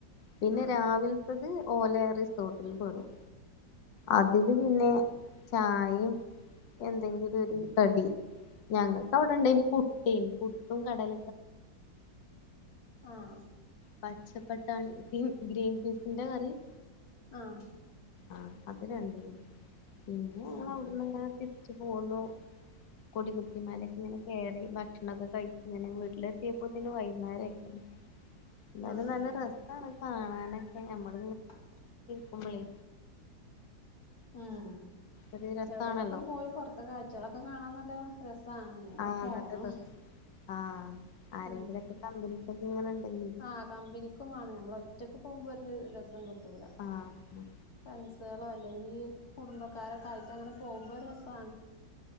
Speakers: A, on the left (about 75°); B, on the left (about 50°).
A: പിന്നെ
B: ആഹ്
A: രാവിലത്തത് ഓലെ റിസോർട്ടില് പെടും അതില് പിന്നെ ചായയും എന്തെങ്കിലും ഒരു കടി ഞങ്ങൾക്ക് അവിടെണ്ടനിം പുട്ടെനി പുട്ടും കടല
B: ആഹ്
A: പച്ചപ്പട്ടാണി ഗ്രീം ഗ്രീൻപിസിന്റെ കറീം
B: ആഹ്
A: ആഹ് അത് രണ്ടേനിം പിന്നെ ഞങ്ങളവിടുന്ന്
B: ഉം
A: ഇങ്ങനെ തിരിച്ചു പോന്നു കൊടികുത്തിമലക്കെ ഇങ്ങനെ കേറി ഭക്ഷണൊക്കെ കഴി ഇങ്ങനെ വീട്ടിലെത്തിയപ്പോ തന്നെ വൈന്നേരം ആയിക്കണ് എന്തായാലും
B: ആഹ്
A: നല്ല രസാണ്
B: ശരി
A: കാണാനൊക്കെ ഞമ്മള്
B: <unintelligible>
A: കുമളി
B: ഉം
A: ഒരു രസാണല്ലോ
B: എവിടെലൊക്കെ പോയി പൊറത്തെ കാഴ്ചളൊക്കെ കാണാൻ നല്ല രസ ണ് ഇങ്ങനെ
A: ആ
B: പോണം
A: നല്ല രസ ആഹ് ആരെങ്കിലൊക്കെ
B: ഉം
A: കമ്പനിക്കൊക്കെ ഇങ്ങനെണ്ടെങ്കി
B: ആഹ് കമ്പനിക്കും വേണം ഞമ്മള് ഒറ്റക്ക് പോവുമ്പോ രസം കി ട്ടൂല
A: ആഹ്
B: ഫ്രൻഡ്സ് ത്താലോ അല്ലെങ്കി കുടുംബക്കാരൊക്കെ ആയിട്ട് അങ്ങനെ പോവുമ്പോ ഒരു രസാണ്